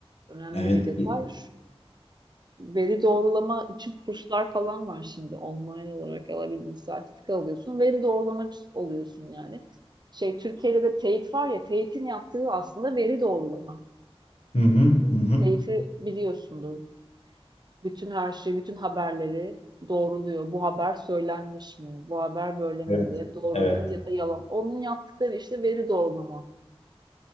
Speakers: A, on the right; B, on the left.
A: Önemli
B: evet.
A: bir detay. Veri doğrulama için kurslar falan var şimdi online olarak alabildiğin sertifika alıyorsun. Veri doğrulamak oluyorsun yani. Şey Türkiye'de de TEİT var ya TEİT'in yaptığı aslında veri doğrulama.
B: Hı hı, hı hı.
A: TEİT'i biliyorsundur. bütün her şeyi, bütün haberleri doğruluyor. Bu haber söylenmiş mi? Bu haber böyle mi
B: Evet,
A: diye doğrudur
B: evet.
A: ya da yalan. Onun yaptıkları işte veri doğrulama.